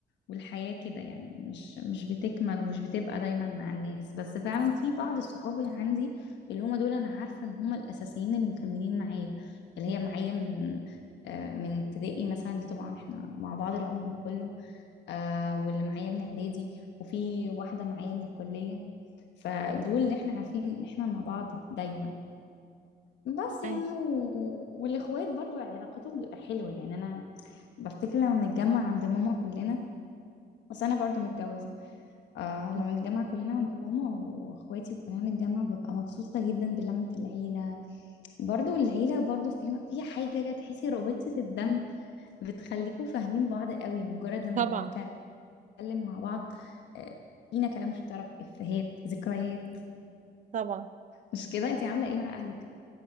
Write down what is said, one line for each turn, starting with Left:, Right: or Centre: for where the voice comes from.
Left: والحياه كده يعني مش مش بتكمل ومش بتبقى دايما مع الناس بس فعلا في بعض الصحابي عندي اللي هم دول انا عارفه ان هم الاساسيين اللي مكملين معايا اللي
Right: م.
Left: هي معايا من آه، من ابتدائي مثلا دي طبعا احنا مع بعض العمر كله آه، واللي معايا من اعدادي وفي واحده معايا من الكليه فدول اللي احنا عارفين ان احنا مع بعض دايما بس يعني
Right: أي.
Left: و... والاخوات برضو علاقتهم بتبقى حلوه يعني انا بفتكر لما بنتجمع عند ماما كلنا بس انا برضو متجوزه آه
Right: م.
Left: لما نتجمع كلنا عند ماما واخواتي وكلنا نتجمع ببقى مبسوطه جدا بلمه العيله برضو العيله برضو فيها فيها حاجه كده تحسي رابطه الدم بتخليكوا فاهمين بعض قوي مجرد لما
Right: طبعا
Left: بنتكلم مع بعض آه، فينا كلام مشترك افيهات ذكريات
Right: طبعا
Left: مش كده انتي عامله ايه مع اهلك